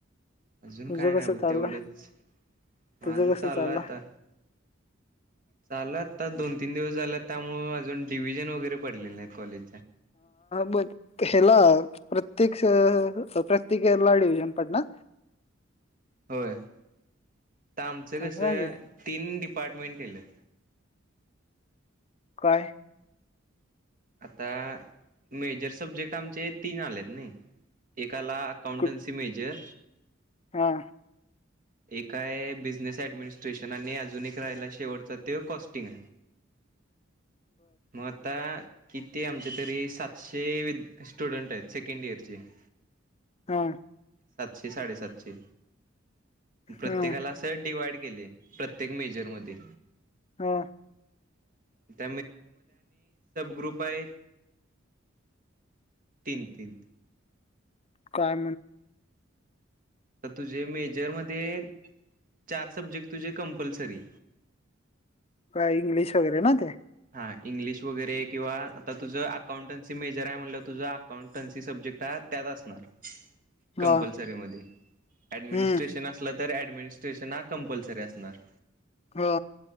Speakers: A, on the right (about 45°); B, on the left (about 30°).
A: अजून
B: तुझं
A: काय नाही
B: कसं
A: बघं
B: चाललंय
A: तेवढचं, माझं
B: तुझं
A: चालु
B: कसं चाललंय
A: हाय आता. चालू आहे आता दोन तिनं दिवस झालं त्यामुळं अजून डिव्हिजन वगैरे पडलेले नाहीत कॉलेज
B: बस कशाला? प्रत्येक खेळाला डिवीजन पडणार.
A: होय. आता आमचं
B: चांगला
A: कसं
B: आहे की
A: तीन डिपार्टमेंट केलेत.
B: काय?
A: आता मेजर सब्जेक्ट आमचे तीन आलेत नई एक -- त्याला अकाउंटसी
B: कुठ
A: मेजर
B: हा.
A: ए काय बिझनेस ऍडमिनिस्ट्रेशन आणि अजून एक राहायला शेवटचा तो कॉस्टिंग.
B: ह
A: मग आता -- किती आमचे तरी सातसे वि स्टुडन्ट आहेत. सेकंड इयर चे- -
B: हा.
A: सातशे साडेसातशे प्रत्येकाला
B: हा
A: असं डिवाइड प्रत्येक मेजर मध्ये
B: हा
A: सगळ्या ग्रुप मध्ये मेजर आहेत तीन-तीन
B: म्हणणं काय
A: जर तुझ्या मेजर मध्ये चार सब्जेक्ट तुझे कंपल्सरी
B: इंग्लिश वगैरे नाहीत का
A: हां इंग्लिश वगैरे किंवा आता तुझं अकाउंटन्सी मेजर हाय म्हटल्यावर तुझ अकाउंटन्सी सब्जेक्ट हाय. त्यात असणार
B: हा
A: कंपल्सरी मध्ये ॲडमिनी
B: हम्म
A: स्टेशन अस- - तर ॲडमिनिस्ट्रेशन हा कंपल्सरी असणार.
B: हा.